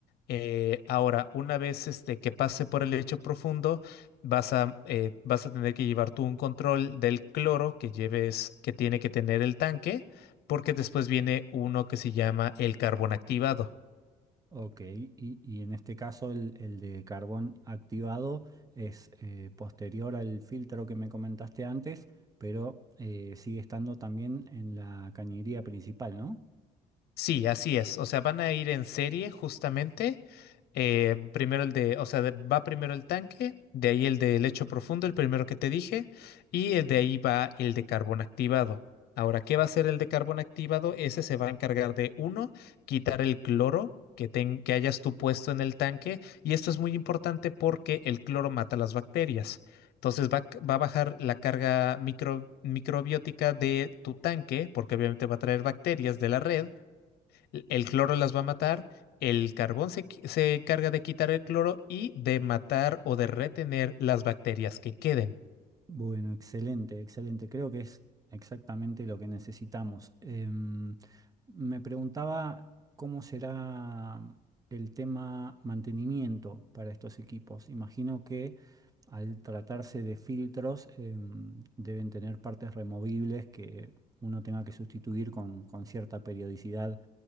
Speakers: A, on the left; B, on the right.
A: Eh, ahora, una vez este, que pase por el lecho profundo, vas a, eh, vas a tener que llevar tú un control del cloro que lleves, que tiene que tener el tanque, porque después viene uno que se llama el carbón activado.
B: Ok, y, y en este caso el, el de carbón activado es eh, posterior al filtro que me comentaste antes, pero eh, sigue estando también en la cañería principal, ¿no?
A: Sí, así es. O sea, van a ir en serie justamente. eh, primero el de, o sea, de- va primero el tanque, de ahí el de lecho profundo, el primero que te dije, y el de ahí va el de carbón activado. Ahora, ¿qué va a hacer el de carbón activado? Ese se va a encargar de, uno, quitar el cloro que, ten- que hayas tú puesto en el tanque, y esto es muy importante porque el cloro mata las bacterias. Entonces va, a c- va a bajar la carga micro- microbiótica de tu tanque, porque obviamente va a traer bacterias de la red el cloro las va a matar, el carbón se, qui- se encarga de quitar el cloro y de matar o de retener las bacterias que queden.
B: Bueno, excelente, excelente. Creo que es exactamente lo que necesitamos. Em, me preguntaba cómo será el tema mantenimiento para estos equipos. Imagino que al tratarse de filtros, em, deben tener partes removibles que uno tenga que sustituir con, con cierta periodicidad,